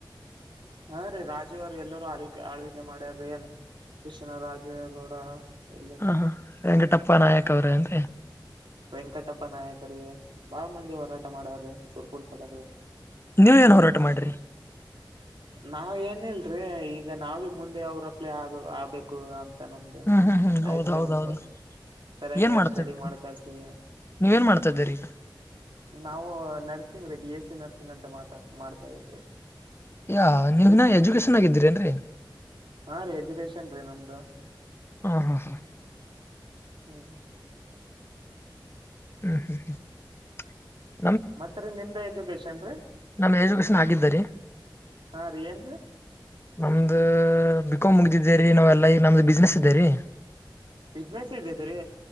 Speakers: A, on the right (about 80°); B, on the left (about 30°).
A: ಹಾ ರೀ ರಾಜ ರಾಜ ಅವರು ಎಲ್ಲರೂ ಆಳ್ವಿಕೆ ಆಳ್ವಿಕೆ ಮಾಡ್ಯಾರ. ಕೃಷ್ಣ ರಾಜೇಗೌಡ ಎಲ್ಲರ.
B: ಹ ಹಾ ವೆಂಕಟಪ್ಪ ನಾಯಕ್ ಅವ್ರೇ ಏನ್ರಿ.
A: ವೆಂಕಟಪ್ಪ ನಾಯಕರಿ ಬಾಳ ಮಂದಿ ಹೋರಾಟ ಮಾಡಾರ್ರೀ ಸುರಪುರ ಕಡೆ.
B: ನೀವ ಏನ್ ಹೋರಾಟ ಮಾಡ್ರಿ.
A: ನಾವ ಏನಿಲ್ರಿ ಈಗ ನಾವಿ ಮುಂದೆ ಅವ್ರಪ್ಲೆೇ ಆಗ ಆಗಬೇಕು ಅಂತ. ನಮ್ದು
B: ಹ್ಮ್ ಹ್ಮ್ ಹ್ಮ್
A: ಆಯ್ತ್
B: ಹೌದೌದೌದು
A: ರಿ ಒಂದು. ಸರಿಯಾಗಿ
B: ಏನ್ ಮಾಡ್ತಿದ್ರಿ
A: ಸ್ಟೆಡಿ ಮಾಡಕೇಸಿ.
B: ನೀವೇನ್ ಮಾಡ್ತಾ ಇದ್ದೀರಿ ಈಗ
A: ನಾವು ನರ್ಸಿಂಗ್ ರೀ ಬಿ ಎಸ್ ಸಿ ನರ್ಸಿಂಗ್ ಅಂತ ಮಾತಾ ಮಾಡ್ತಾ ಇದ್ದೇವಿ.
B: ಹೌದ ನೀನೆ ಎಜುಕೇಶನ್ ಆಗಿತ ಏನ್ರಿ.
A: ಹ್ಮ್ಮ್ ರೀ ಎಜುಕೇಶನ್ ರೀ ನಮ್ದು.
B: ಹ್ಮ್ಮ ಹ್ಮ್ಮ ಹ್ಮ್ಮ.
A: ಹ್ಮ ರಿ.
B: <unintelligible>
A: ಮತ್ತ ರಿ ನಿಮ್ದ ಎಜುಕೇಶನ್ ರೀ.
B: ನಮ್ದ ಏಜುಕೇಶನ್ ಆಗಿದ್ದರಿ.
A: ಹಾ ರೀ ಏನ್ರೀ
B: ನಮ್ದ ಬಿಕಾಾಮ್ ಮುಗದೀದೆ ನಾವಲ್ಲಾ ಈಗ ನಮ್ದು ಬಿಸ್ನೆಸ್ ಇದ್ದೇ ರಿ.
A: ಬಿಸಿನೆಸ್ ಇದ್ದಿದ್ರೀ